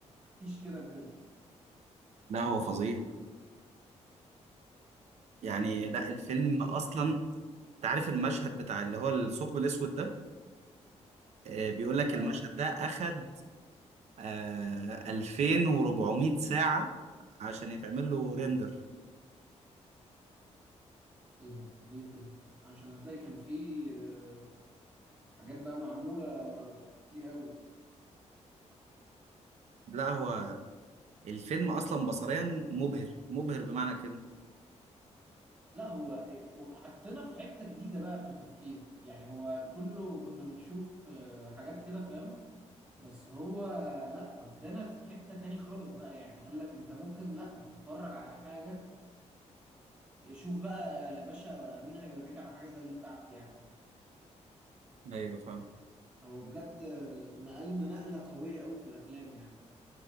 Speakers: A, on the right; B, on the right.
A: مفيش كده بجد
B: لا هو فظيع يعني
A: لا لا لا
B: لا الفيلم
A: دي
B: اصلا
A: لقطه يعني
B: تعرف المشهد بتاع اللي هو الثقب الاسود ده آه بيقول لك
A: اه
B: المشهد ده اخد آه 2400 ساعة عشان يتعمل له ريندر
A: ايه ده ليه كده عشان هتلاقي كان في آه، حاجات بقى معموله كتير قوي
B: لا هو الفيلم اصلا بصريا مبهر مبهر بمعنى كده
A: لا هو حطينا في حتة جديدة بقى في التفكير يعني هو كله كنا بنشوف آه، حاجات كده فاهم بس هو لا ودانا في حتة تاني خالص بقى يعني قال لك انت ممكن لا تتفرج على حاجة شوف بقى يا باشا مين هيوريك على حاجة زي بتاعتي يعني
B: ايوه فاهم
A: هو بجد آه، نقلنا نقلة قوية قوي في الافلام يعني